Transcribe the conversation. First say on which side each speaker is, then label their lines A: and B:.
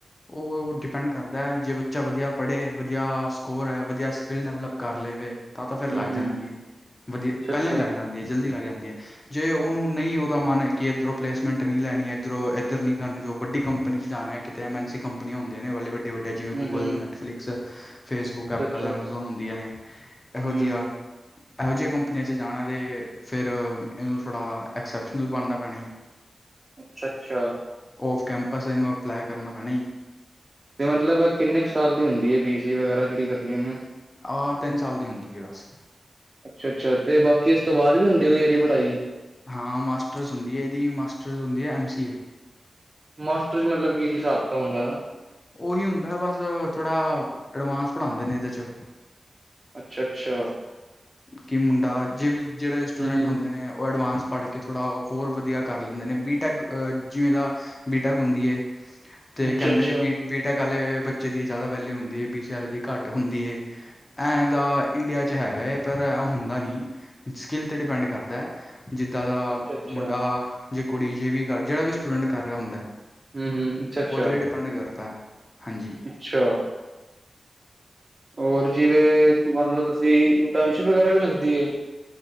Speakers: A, on the left; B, on the right.
A: ਉਹ ਡਿਪੈਂਡ ਕਰਦਾ ਜੇ ਬੱਚਾ ਵਧੀਆ ਪੜ੍ਹੇ ਵਧੀਆ ਸਕੋਰ ਹੈ ਵਧੀਆ ਸਕਿੱਲ ਡਿਵਲਪ ਕਰ ਲਵੇ। ਤਾਂ ਤਾਂ
B: ਹੂੰ-ਹੂੰ,
A: ਫਿਰ ਲੱਗ ਜਾਂਦੀ ਏ ਵਧੀਆ
B: ਅੱਛਾ-ਅੱਛਾ,
A: ਪਹਿਲਾਂ ਹੀ ਲੱਗ ਜਾਂਦੀ ਹੈ ਜਲਦੀ ਲੱਗ ਜਾਂਦੀ ਏ। ਜੇ ਉਹਨੂੰ ਨਹੀਂ ਉਹਦਾ ਮਨ ਕਿ ਇੱਧਰੋਂ ਪਲੇਸਮੈਂਟ ਨਹੀਂ ਲੈਣੀ ਇੱਧਰੋਂ ਇੱਧਰ ਨਹੀਂ ਕਰਨੀ ਜੋ ਵੱਡੀ ਕੰਪਨੀ ਚ ਜਾਣਾ ਏ। ਕਿਤੇ ਐਮ ਐਨ ਸੀ ਕੰਪਨੀ ਹੁੰਦੀਆਂ ਨੇ ਵਾਲੇ ਵੱਡੇ ਵੱਡੇ ਜਿਵੇਂ-
B: ਹੂੰ-ਹੂੰ,
A: ਗੂਗਲ, ਨੈਟਫਲਿਕਸ, ਫੇਸ਼ਬੁੱਕ, ਐਪਲ
B: ਅੱਛਾ-ਅੱਛਾ,
A: ਐਪ ਹੁੰਦੀਆਂ ਨੇ, ਇਹੋ
B: ਹੂੰ,
A: ਜਿਹੀਆਂ ਇਹੋ ਜਿਹੀਆਂ ਕੰਪਨੀਆਂ 'ਚ ਜਾਣਾ ਅਤੇ ਫਿਰ ਇਹਨੂੰ ਥੋੜ੍ਹਾ ਐਕਸੈਪਸ਼ਨਲ ਬਣਨਾ ਪੈਣਾ ਏ।
B: ਅੱਛਾ ਅੱਛਾ
A: ਔਫ਼ ਕੈਂਪਸ ਇਹਨੂੰ ਅਪਲਾਈ ਕਰਨਾ ਪੈਣਾ ਈ।
B: ਤੇ ਮਤਲਬ ਕਿੰਨੇ ਕੁ ਸਾਲ ਦੀ ਹੁੰਦੀ ਹੈ ਬੀ ਸੀ ਵਗੈਰਾ ਜਿਹੜੀ ਕਰਨੀ ਉਹਨੇ
A: ਆਹ ਤਿੰਨ ਸਾਲ ਦੀ ਹੁੰਦੀ ਆ ਬਸ।
B: ਅੱਛਾ ਅੱਛਾ ਤੇ ਬਾਕੀ ਇਸ ਤੋਂ ਬਾਅਦ ਵੀ ਹੁੰਦੀ ਕੋਈ ਇਹਦੀ ਪੜ੍ਹਾਈ।
A: ਹਾਂ ਮਾਸਟਰਸ ਹੁੰਦੀ ਏ ਮਾਸਟਰਸ ਹੁੰਦੀ ਆ ਐਮ ਸੀ ਏ।
B: ਮਾਸਟਰ ਚ ਮਤਲਬ ਕੀ ਸੀ ਹਿਸਾਬ ਕਿਤਾਬ ਹੁੰਦਾ ਇਹਦਾ।
A: ਉਹੀ ਹੁੰਦਾ ਬਸ ਥੋੜ੍ਹਾ ਐਡਵਾਂਸ ਪੜ੍ਹਾਦੇ ਨੇ ਇਹਦੇ 'ਚ।
B: ਅੱਛਾ ਅੱਛਾ
A: ਕਿ ਮੁੰਡਾਂ ਜਿਵੀ ਜਿਹੜੇ ਸਟੂਡੈਂਟ
B: ਹੂੰ-ਹੂੰ,
A: ਹੁੰਦੇ ਨੇ ਉਹ ਐਡਵਾਂਸ ਪੜ੍ਹ ਕੇ ਥੋੜ੍ਹਾ ਹੋਰ ਵਧੀਆਂ ਕਰ ਲੈਂਦੇ ਨੇ ਬੀ ਟੈਂਕ ਜਿਵੇਂ ਦਾ ਬੀ ਟੈਂਕ ਹੁੰਦੀ ਹੈ ਤੇ
B: ਅੱਛਾ-ਅੱਛਾ,
A: ਕਹਿੰਦੇ ਨੇ ਬੀ ਬੀਟੈਂਕ ਆਲੇ ਬੱਚੇ ਦੀ ਜ਼ਿਆਦਾ ਵੈਲਿਊ ਹੁੰਦੀ ਹੈ ਬੀ ਸੀ ਆਲੇ ਦੀ ਘੱਟ ਹੁੰਦੀ ਹੈ। ਐਂ ਦਾ ਇੰਡੀਆਂ 'ਚ ਹੈਗਾ ਏ ਪਰ ਐ ਹੁੰਦਾ ਨੀ ਸਕਿੱਲ 'ਤੇ ਡਿਪੈਂਡ ਜ਼ਿੱਦਾ ਦਾ
B: ਅੱਛਾ-ਅੱਛਾ,
A: ਮੁੰਡਾ ਜੇ ਕੁੜੀ ਜੇ ਵੀ ਕਰ ਜਿਹੜਾ ਵੀ ਸਟੂਡੈਂਟ ਕਰ ਰਿਹਾ ਹੁੰਦਾ
B: ਹੂੰ-ਹੂੰ, ਅੱਛਾ-ਅੱਛਾ,
A: ਉਹਦੇ ਹੀ ਡਿਪੈਂਡ ਕਰਤਾ। ਹਾਂਜੀ
B: ਅੱਛਾ ਹੋਰ ਜਿਵੇਂ ਮੰਨ ਲਓ ਤੁਸੀਂ ਇੰਟਰਨਸ਼ਿਪ ਵਗੈਰਾ ਵੀ ਲੱਗਦੀ ਐ